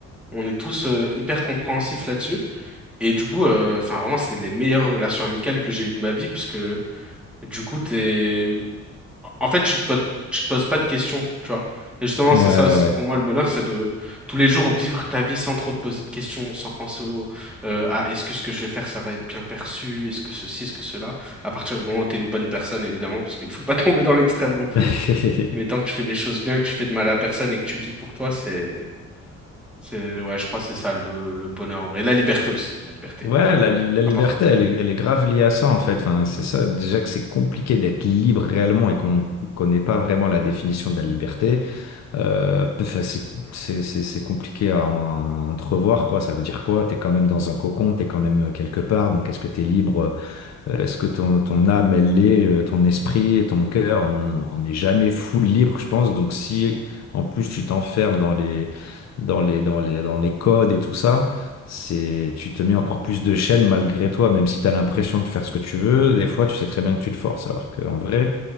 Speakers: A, in the centre; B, on the left.
A: On est tous euh, hyper compréhensifs là-dessus. Et du coup, euh, enfin vraiment, c'est les meilleures relations amicales que j'ai eues de ma vie, parce que du coup, t'es... En fait, tu te, po- tu te poses pas de questions, tu vois. Et justement,
B: Ouais
A: c'est ça aussi
B: ouais
A: pour moi le bonheur, c'est de tous les jours vivre ta vie sans trop te poser de questions, sans penser au euh, ah, est-ce que ce que je vais faire, ça va être bien perçu, est-ce que ceci, est-ce que cela. À partir du moment où tu es une bonne personne, évidemment, parce qu'il faut pas <laughs> tomber dans l'extrême non plus.
B: ouais.
A: Mais tant
B: <laughs>
A: que tu fais les choses bien, que tu fais de mal à personne et que tu vis pour toi, c'est, c'est, ouais, je crois que c'est ça le, le bonheur en vrai. Et la liberté aussi, la liberté,
B: Ouais, la, li- la liberté,
A: important.
B: elle est, elle est grave liée à ça en fait. Enfin, c'est ça. Déjà que c'est compliqué d'être libre réellement et qu'on ne connaît pas vraiment la définition de la liberté. Euh, enfin, c'est c'est- c'est- c'est compliqué à, en- à entrevoir, quoi. Ça veut dire quoi? T'es quand même dans un cocon, t'es quand même euh, quelque part. Donc, est-ce que t'es libre? Euh, Est-ce que ton, ton âme, elle l'est? euh, Ton esprit, et ton cœur, on on n'est jamais full libre, je pense. Donc, si en plus tu t'enfermes dans les, dans les, dans les, dans les codes et tout ça, c'est, tu te mets encore plus de chaînes malgré toi, même si t'as l'impression de faire ce que tu veux. Des fois, tu sais très bien que tu te forces, alors qu'en vrai